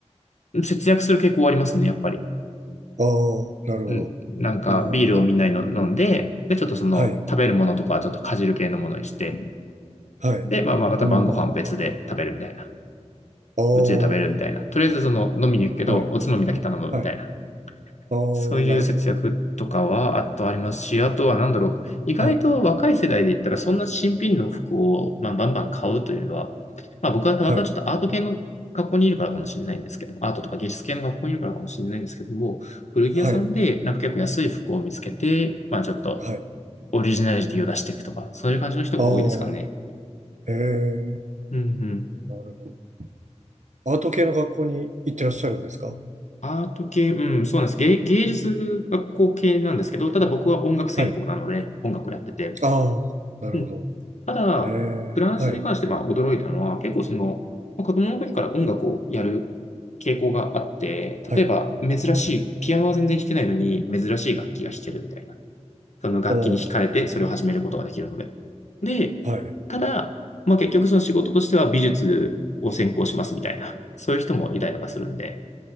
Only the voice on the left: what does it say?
節約する傾向はありますね、やっぱり。
うん。なんか、
ビールをみんなに飲飲んで、で、ちょっとその、
食べるものとかはちょっとかじる系のものにして、
で、まあまあ、また晩ご飯別で食べるみたいな。
うちで食べるみたいな。とりあえずその、飲みに行くけど、
おつまみだけ頼むみたいな。
そういう節約とかは、
あとありますし、あとはなんだろう、意外と若い世代で言ったら、
そんな新品の服を、まあ、バンバン買うというよりは、まあ、僕はたまたまちょっとアート系の学校にいるからかもしれないんですけども、
アートとか芸術系の学校にいるからかもしれないんですけども、古着屋さんでなんか結構安い服を見つけて、
まあ、ちょっと
オリジナリティを出していくとか、そういう感じの人が多いですからね。
うんうん。
アート系、うん、そうなんです。芸、芸術学校系なんですけど、ただ僕は音楽専攻なので、
音楽をやってて、
うん。ただ、
フランスに関しては驚いたのは、
結構その、まあ子供の時から音楽をやる傾向があって、
例えば珍しい、ピアノは全然弾けないのに珍しい楽器が弾けるみたいな。その楽器に惹かれてそれを始めることができるので。
で、
ただ、まあ結局その仕事としては美術を専攻しますみたいな、そういう人もいたりとかするんで、